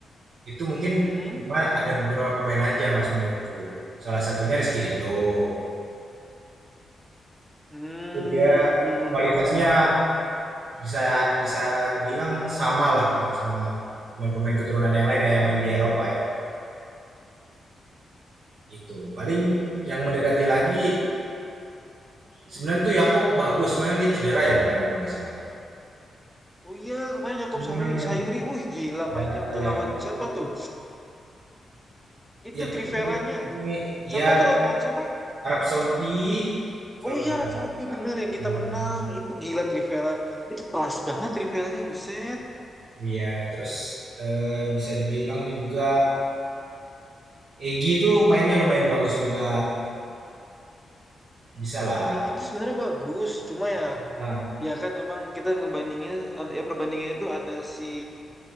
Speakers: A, on the right (about 65°); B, in the centre.
A: Itu mungkin
B: Hmm?
A: cuma ada beberapa pemain aja Mas menurutku. Salah satunya Rizky Ridho.
B: Hmm, hmm,
A: Itu dia kualitasnya
B: Iya. hmm, hmm.
A: bisa bisa dibilang sama lah gitu sama pemain-pemain keturunan yang lain ya yang main di Eropa ya gitu. Paling yang mendekati lagi Sebenarnya tuh Yakob bagus, sebenarnya dia cedera ya kemarin kalau nggak salah.
B: Oh iya, kemarin Yakob
A: Hmm,
B: Sarui- Sayuri, wih gila
A: ya
B: mainnya waktu
A: Yakob.
B: lawan siapa tuh? Itu
A: Yakob
B: Trivelanya.
A: ini
B: Siapa
A: ya
B: tuh lawan, lawan siapa?
A: Arab Saudi kalau
B: Oh iya,
A: nggak salah.
B: Arab Saudi benar yang
A: Hmm,
B: kita menang. Itu gila Trivela. Itu kelas banget Trivelanya, buset.
A: Iya, terus eh, bisa dibilang juga Egi tuh mainnya lumayan bagus juga. Bisa lah.
B: Eh gitu sebenarnya bagus, cuma ya
A: Nah,
B: ya kan emang kita ngebandingin ada ya perbandingannya itu ada si